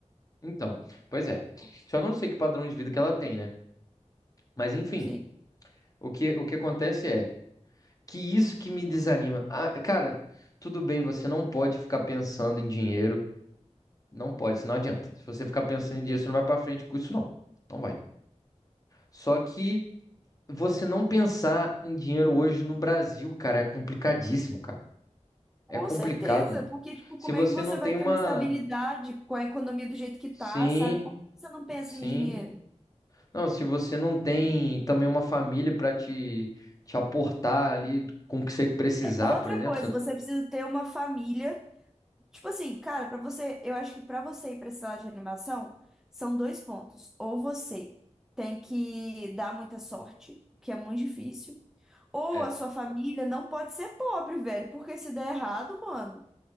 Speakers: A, on the left; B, in the centre.
A: Então, pois é. Só que eu não sei que padrão de vida que ela tem, né? Mas enfim,
B: Sim.
A: o que, o que acontece é que isso que me desanima. Ah, cara, tudo bem, você não pode ficar pensando em dinheiro. Não pode, isso não adianta. Se você ficar pensando em dinheiro, você não vai pra frente com isso, não. Não vai. Só que. Você não pensar em dinheiro hoje no Brasil, cara, é complicadíssimo, cara.
B: Com
A: É complicado,
B: certeza,
A: mano.
B: porque, tipo,
A: Se
B: como
A: você
B: é que você
A: não tem
B: vai
A: uma.
B: ter uma estabilidade com a economia do jeito que tá,
A: Sim,
B: sabe? Como que você não pensa
A: sim.
B: em dinheiro?
A: Não, se você não tem também uma família pra te, te aportar ali com o que você precisar,
B: É, Outra
A: por exemplo.
B: coisa,
A: você-
B: você precisa ter uma família. Tipo assim, cara, pra você, eu acho que pra você ir pra esse lado de animação, são dois pontos. Ou você tem que dar muita sorte, que é muito difícil, ou
A: É.
B: a sua família não pode ser pobre, velho, porque se der errado, mano.